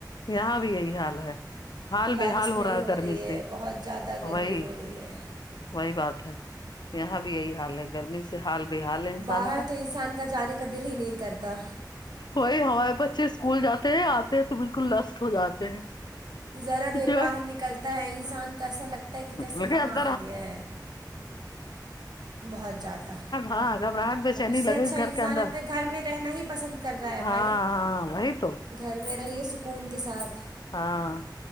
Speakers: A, on the left; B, on the right.
A: یہاں بھی یہی حال ہے حال
B: بارش
A: بےحال
B: نہیں
A: ہو رہا ہے گرمی
B: رہی ہے
A: سے
B: بہت زیادہ گرمی
A: وہی
B: ہو رہی ہے
A: وہی بات ہے یہاں بھی یہی حال ہے گرمی سے حال بے حال ہے انسان
B: باہر
A: کا
B: تو انسان کا جانب کا دل ہی نہیں کرتا
A: وہی ہمارے بچے اسکول جاتے ہیں آتے ہیں تو بالکل لشٹ ہو جاتے ہیں
B: ذرا دیر
A: <unintelligible>
B: باہر نکلتا
A: چنی
B: ہے انسان تو ایسا لگتا ہے کہ جیسے
A: گھبراہٹ
B: کہاں آ گیا ہے بہت زیادہ
A: ہاں گھبراہٹ میں چنی
B: اس سے
A: لگے
B: اچھا
A: گی
B: انسان
A: گھر کے اندر
B: اپنے گھر میں رہنا ہی پسند کر رہا ہے
A: ہاں
B: بھائی
A: ہاں وہی تو
B: گھر میں رہیے سکون کے ساتھ
A: ہاں